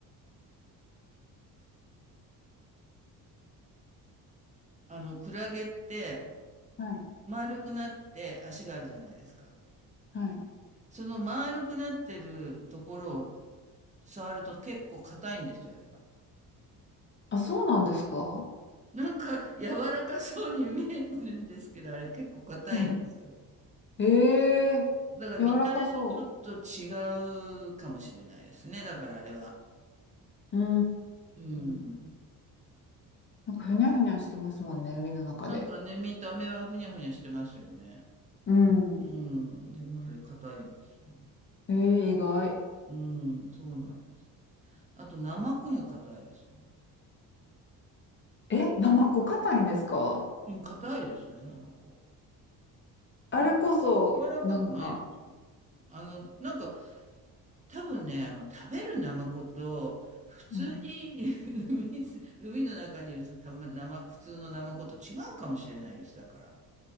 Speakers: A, on the right; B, on the left.
A: あの、クラゲって
B: はい。
A: 丸くなって足があるじゃないですか。
B: はい。
A: その丸くなってるところを触ると結構硬いんですよ、あれが。
B: あ、そうなんですか
A: なんか柔らかそうに見えるんですけど、あれ結構硬いんですよ。
B: うん。ええー、
A: だから見た目ちょっと違うかもしれないですね。
B: 柔らかそ
A: だからあれは。
B: ううー
A: うん。
B: ん。なんかふにゃふにゃしてますもんね、海の中で。
A: なんかね、見た目はふにゃふにゃしてますよね。
B: うん。
A: うん。でもあれ硬いんですよね。
B: ええー、意外。
A: うーん、そうなんです。あと、ナマコも硬いですね。
B: え、ナマコ硬いんですか
A: うん、硬いですね、ナマコ。
B: あれこそ、
A: うん、柔らかくないです。
B: なんか、
A: あの、なんか、多分ね、あの、食べるナマコと、普通に
B: うん。
A: <laughs> 海す海の中にいる、たま、生普通のナマコと違うかもしれないです、だから。